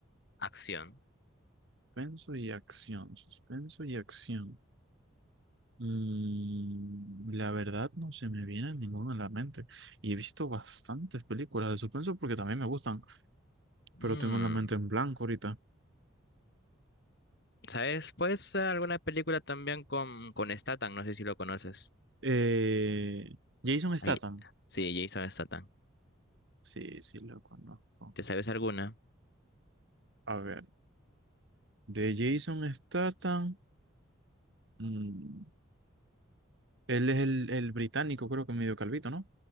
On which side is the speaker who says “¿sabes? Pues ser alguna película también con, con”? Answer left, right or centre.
Left